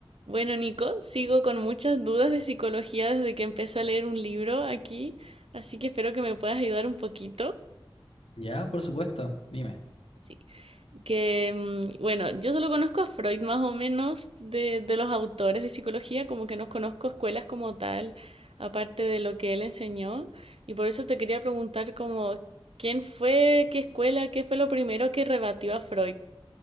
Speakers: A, on the right (about 80°); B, on the left (about 75°).
A: Bueno, Nico, sigo con muchas dudas de psicología desde que empecé a leer un libro aquí, así que espero que me puedas ayudar un poquito.
B: Ya, por supuesto, dime,
A: Sí. Que, mm, bueno, yo solo conozco a Freud más o menos de, de los autores de psicología, como que no conozco escuelas como tal, aparte de lo que él enseñó, y por eso te quería preguntar como, ¿quién fue, qué escuela, qué fue lo primero que rebatió a Freud,